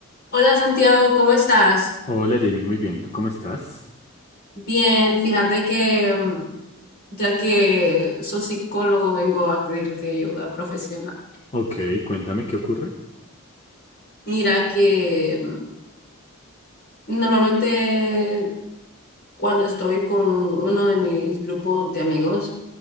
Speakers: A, on the left (about 45°); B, on the left (about 30°).
A: Hola Santiago, ¿cómo estás?
B: Hola Jamie, muy bien, ¿tú cómo estás?
A: Bien, fíjate que mm, ya que soy psicólogo vengo a pedirte ayuda profesional.
B: Ok, cuéntame qué ocurre.
A: Mira que mm, normalmente cuando estoy con uno de mis grupos de amigos,